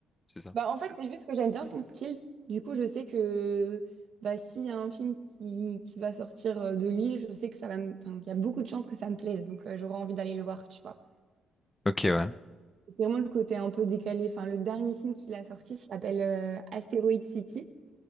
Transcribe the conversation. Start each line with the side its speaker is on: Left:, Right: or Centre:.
Left: C'est ça.
Right: Bah, en fait, c'est juste que j'aime bien son style. Du coup, je sais que bah, s'il y a un film qui, qui va sortir euh, de lui, je sais que ça va me... enfin, qu'il y a beaucoup de chances que ça me plaise. Donc, euh, j'aurai envie d'aller le voir, tu vois.
Left: Ok ouais.
Right: C'est vraiment le côté un peu décalé. Enfin, le dernier film qu'il a sorti s'appelle euh, Asteroid City.